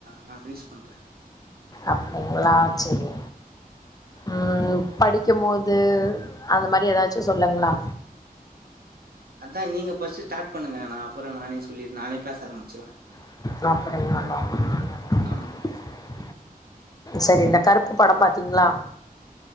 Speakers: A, on the right; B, on the left.
A: நா ஃப்னிஷ் பண்ற
B: அப்டிங்ளா செரி ம் படிக்கும்போது அந்த மாரி ஏதாச்சும் சொல்லுங்ளா
A: அக்கா நீங்க ஃப்ஸ்ட் ஸ்டார்ட் பண்ணுங்க நா அப்றோ நானே சொல்லி நானே பேச ஆரம்பிச்சிருவ
B: <inaudible>
A: ஆமா
B: செரி இந்த கருப்பு படம் பாத் திங்ளா